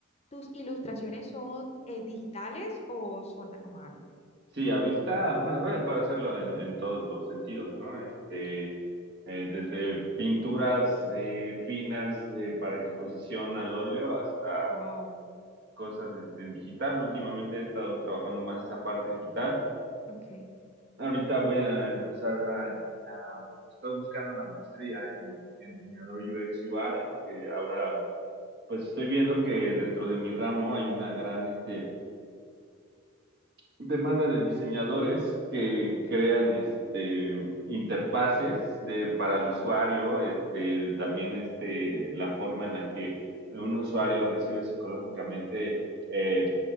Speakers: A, on the left; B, on the right.
A: ¿Tus ilustraciones son eh, digitales o son a mano?
B: Sí, ahorita, bueno, bueno, puede hacerlo en, en todos los sentidos, ¿no? Este, eh, desde pinturas eh, finas eh, para exposición al óleo hasta
A: Wow,
B: cosas este, en digital. Últimamente he estado trabajando más esa parte digital.
A: ok,
B: Ahorita voy a empezar a, a- estoy buscando la maestría en, en diseñador UX UI porque ahora pues estoy viendo que dentro de mi ramo hay una gran este demanda de diseñadores que
A: ok,
B: crean este interfaces de para
A: ok.
B: el usuario, este también este la forma en la que un usuario recibe psicológicamente eh,